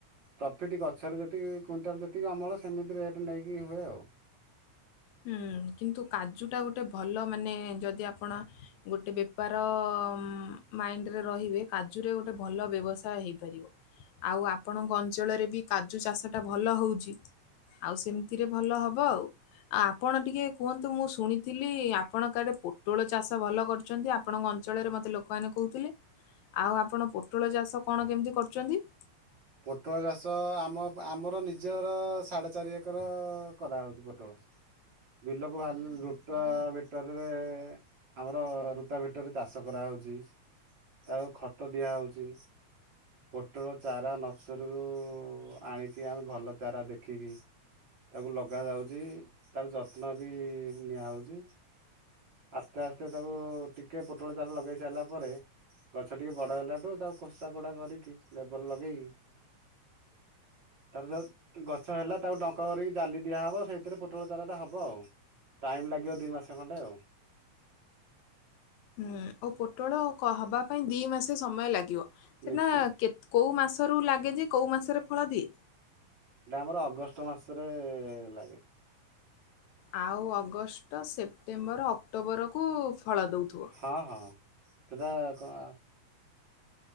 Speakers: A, on the right; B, on the left.
A: ପ୍ରଫିଟ୍ ଗଛରେ ଯେତିକି କୁଇଣ୍ଟାଲ, ଯେତିକି ଅମଳ ସେମିତି ରେଟ୍ ନେଇକି ହୁଏ ଆଉ।
B: ହୁଁ, କିନ୍ତୁ କାଜୁ ଟା ଗୋଟେ ଭଲ ମାନେ, ଯଦି ଆପଣ ଗୋଟେ ବେପାର-ଅ ମାଇଣ୍ଡରେ ରହିବେ। କାଜୁରେ ଗୋଟେ ଭଲ ବ୍ୟବସାୟ ହେଇପାରିବ। ଆଉ, ଆପଣଙ୍କ ଅଞ୍ଚଳରେ ବି କାଜୁ ଚାଷଟା ଭଲ ହଉଛି। ଆଉ, ସେମିତିରେ ଭଲ ହବ ଆଉ। ଆ ଆପଣ ଟିକେ କୁହନ୍ତୁ, ମୁଁ ଶୁଣିଥିଲି, ଆପଣ କାଡେ ପୋଟଳ ଚାଷ ଭଲ କରୁ ଚନ୍ତି। ଆପଣଙ୍କ ଅଞ୍ଚଳରେ ମତେ ଲୋକଆନେ କହୁଥିଲେ। ଆଉ, ଆପଣ ପୋଟଳ ଚାଷ କଣ କେମିତି କରୁଚନ୍ତି?
A: ପୋଟଳ ଚାଷ ଆମ ଆମର, ନିଜର ସାଢ଼େ ଚାରି ଏକର କରାହଉଛି ପୋଟଳ। ବିଲକୁ ଭାଲୁ ଲୁଟ ଭିଟରରେ ଆମର ରୁଟା ଭେଟରେ ଚାଷ କରାହଉଛି। ତାକୁ ଖତ ଦିଆହଉଛି। ପୋଟଳ ଚାରା ନର୍ସରୀରୁ-ଉ ଆଣିକି ଆମେ ଭଲ ଚାରା ଦେଖିକି ତାକୁ ଲଗାଯାଉଛି। ତାର ଯତ୍ନ ବି ନିଆହଉଛି। ଆସ୍ତେ ଆସ୍ତେ ତାକୁ ଟିକେ ପୋଟଳ ଚାରା ଲଗେଇ ସାଇଲା ପରେ ଗଛ ଟିକେ ବଡ଼ ହେଲାଠୁ, ତାକୁ ଖୋସା କୋଡ଼ା କରିକି ଲେବର ଲଗେଇକି ତାର ଯଉ ଗଛ ହେଲା, ତାକୁ ଡଙ୍କ୍ କରି ଜାଲି ଦିଆହବ। ସେଇଥିରେ ପୋଟଳ ଚାରାଟା ହବ ଆଉ। ଟାଇମ୍ ଲାଗିବ ଦୁଇ ମାସ ଖଣ୍ଡେ ଆଉ।
B: ହୁଁ, ଓ ପୋଟଳ ହବା ପାଇଁ ଦି ମାସ ସମୟ ଲାଗିବ।
A: ନିଶ୍ଚିନ୍ତ।
B: ସେଟାଁ କେତ୍ କଉ ମାସରୁ ଲାଗେ ଯେ, କଉ ମାସରେ ଫଳ ଦିଏ।
A: ଏଇଟା ଆମର ଅଗଷ୍ଟ ମାସରେ-ଏ ଲାଗେ।
B: ଆଉ, ଅଗଷ୍ଟ, ସେପ୍ଟେମ୍ବର, ଅକ୍ଟୋବରକୁ ଫଳ ଦଉଥିବ।
A: ହଁ, ହଁ। ସେଟା କ